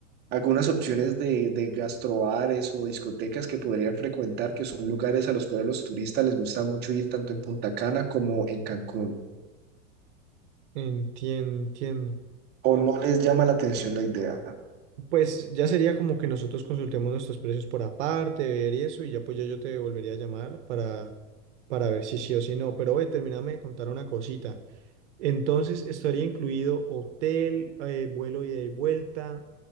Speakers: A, on the right; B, on the right.
A: algunas opciones de, de gastrobares o discotecas que podrían frecuentar, que son lugares a los cuales los turistas les gusta mucho ir tanto en Punta Cana como en Cancún.
B: Entiendo, entiendo.
A: ¿O no les llama la atención la idea?
B: Pues ya sería como que nosotros consultemos nuestros precios por aparte, ver y eso, y ya pues ya yo te volvería a llamar para, para ver si sí o si no. Pero oye, termíname de contar una cosita. Entonces, estaría incluido hotel, eh, vuelo ida y vuelta,